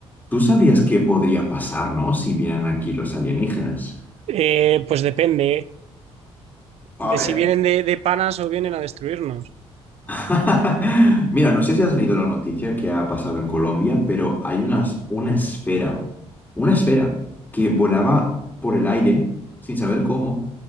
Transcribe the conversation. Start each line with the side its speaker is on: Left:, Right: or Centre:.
Left: ¿Tú sabrías qué podría pasarnos si vienen aquí los alienígenas?
Right: Eh, pues depende ¿eh?
Left: A
Right: de
Left: ver,
Right: si vienen de, de panas o vienen a destruirnos.
Left: <laughs> Mira, no sé si has leído la noticia que ha pasado en Colombia, pero hay unas- una esfera, una esfera que volaba por el aire sin saber cómo,